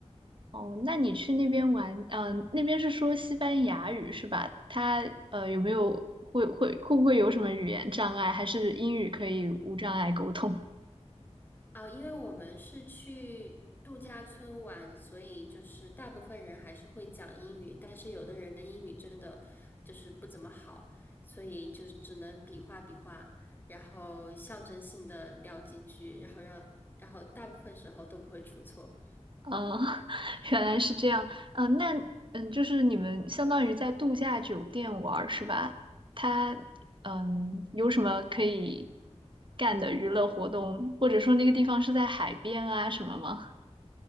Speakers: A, on the right (about 45°); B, on the left (about 15°).
A: 哦，那你去那边玩，嗯，那边是说西班牙语是吧？它呃有没有会会会不会有什么语言障碍，还是英语可以无障碍沟通？
B: 啊，因为我们是去度假村玩，所以就是大部分人还是会讲英语，但是有的人的英语真的就是不怎么好，所以就只能比划比划，然后象征性的聊几句，然后让，然后大部分时候都不会出错。
A: 嗯，<laughs> 原来是这样。嗯，那嗯，就是你们相当于在度假酒店玩儿是吧？它嗯有什么可以干的娱乐活动，或者说那个地方是在海边啊什么吗？